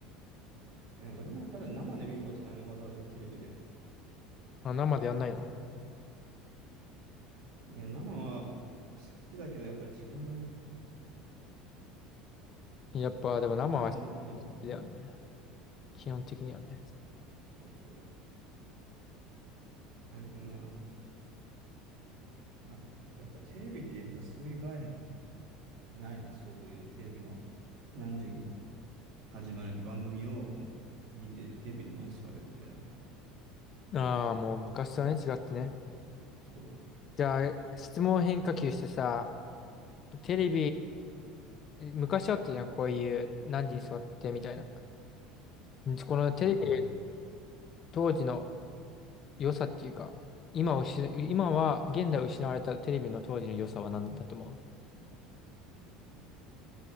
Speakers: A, on the right; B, on the left.
A: ね、俺もまだ生で見ることないねわざわざテレビで。
B: あ、生でやんないの
A: いや、生は好きだけど、やっぱり時間がないよね。
B: やっぱ、でも生は好
A: なんだろうな。
B: きだよね。基本的にはね。
A: そうそう。あれだな。あ、やっぱテレビってやっぱそういう概念ないんだ。そういうテレビの何時に始まる番組を見て、テレビの前に座るみたいな。
B: ああ、もう昔とはね、違ってね。
A: そ
B: じゃあ、質問変化球してさ、テレビ、昔あったじゃん、こういう何時に座ってみたいな。このテレビ
A: う。
B: 当時の良さっていうか、今をし、今は、現代失われたテレビの当時の良さは何だと思